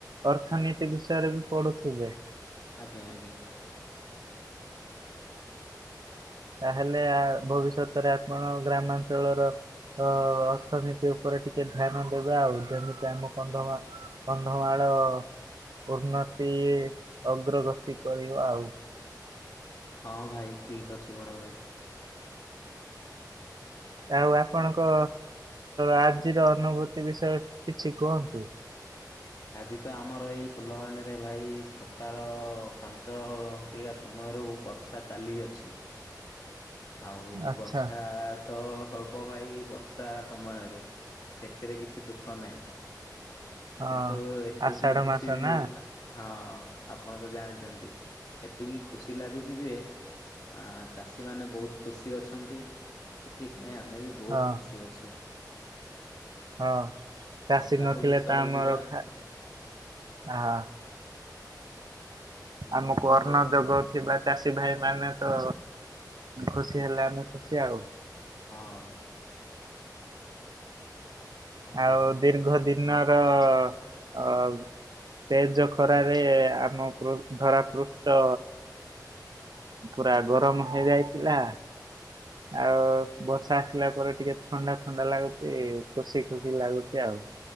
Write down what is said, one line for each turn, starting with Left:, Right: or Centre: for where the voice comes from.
Right: ଅର୍ଥନୀତି ବିଷୟରେ ବି ପଢୁଥିବେ
Left: ଆଜ୍ଞା ଆଜ୍ଞା
Right: ତାହେଲେ ଆ ଭବିଷ୍ୟତରେ ଆପଣ ଗ୍ରାମାଞ୍ଚଳର ଅ ଅର୍ଥନୀତି ଉପରେ ଟିକେ ଧ୍ୟାନ ଦେବେ ଆଉ ଯେମିତି ଆମ କନ୍ଧମା କନ୍ଧମାଳ ଉନ୍ନତି ଅଗ୍ରଗତି କରିବ ଆଉ
Left: ହଁ ଭାଇ ଠିକ ଅଛି ବଡ ଭାଇ
Right: ଆଉ ଆପଣଙ୍କ ଆଜିର ଅନୁଭୂତି ବିଷୟରେ କିଛି କୁହନ୍ତୁ
Left: ଆଜି ତ ଆମର ଏଇ ଫୁଲବାଣୀରେ ଭାଇ ସକାଳ ପାଞ୍ଚ ଗୋଟିଆ ସମୟରୁ ବର୍ଷା ଚାଲିଅଛି ଆଉ
Right: ଆଚ୍ଛା
Left: ବର୍ଷା ତ ହବ ଭାଇ ବର୍ଷା ସମୟରେ ସେଥିରେ କିଛି ଦୁଃଖ ନାହିଁ
Right: ହଁ
Left: କିନ୍ତୁ ଏତିକି
Right: ଆଷାଢ
Left: ଖୁସି
Right: ମାସ
Left: ବି
Right: ନା
Left: ହଁ ଆପଣ ତ ଜାଣିଛନ୍ତି ଏତିକି ଖୁସି ଲାଗୁଛି ଯେ। ଆ ଚାଷୀ ସେମାନେ ବହୁତ ଖୁସି ଅଛନ୍ତି ସେଥିପାଇଁ ଆମେ ବି ବହୁତ
Right: ହଁ
Left: ଖୁସି ଅଛୁ।
Right: ହଁ ଚାଷୀ
Left: ବର୍ଷାକୁ
Right: ନଥିଲେ
Left: ବି ସହିଯିବା
Right: ତ ଆମର ଖା ହ
Left: ହୁଁ
Right: ଆମକୁ
Left: କଣ
Right: ଅର୍ଣ
Left: କହୁଥିଲେ
Right: ଦେବ। ଥିବା ଚାଷୀ ଭାଇ ମାନେ ତ ଖୁସି ହେଲେ ଆମେ ଖୁସି ଆଉ।
Left: ହଁ। ଆଜ୍ଞା।
Right: ଆଉ ଦୀର୍ଘ ଦିନର ଅ ତେଜ ଖରାରେ ଆମ ଧରାପୃଷ୍ଟ। ପୁରା ଗରମ ହେଇଯାଇଥିଲା। ଆଉ ବର୍ଷା ଆସିଲା ପରେ ଟିକେ ଥଣ୍ଡା ଥଣ୍ଡା ଲାଗୁଛି କୋଷି ଖୁସି ଲାଗୁଛି ଆଉ।